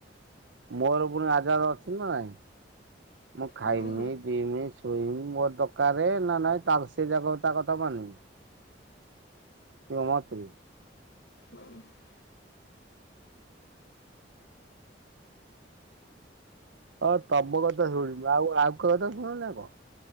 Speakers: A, on the right (about 75°); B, on the left (about 65°).
A: ମୋର ପୁଣି ଆଜଦ ଅଛି ନାଇଁ ମୁଁ ଖାଇମି
B: ହୁଁ
A: ଇ ମୋର ଦରକ ନା ନାଇଁ ତାାର ସେ ଜାଗ ତା କଥା ମାନିବି ଶମାତ୍ରୀ
B: ହଁ <inaudible>
A: ହଁ ତମ କଥା ଶୁଣିବୁ ଆଉ ଆଉ କ କଥା ଶୁଣୁ ନା କଣ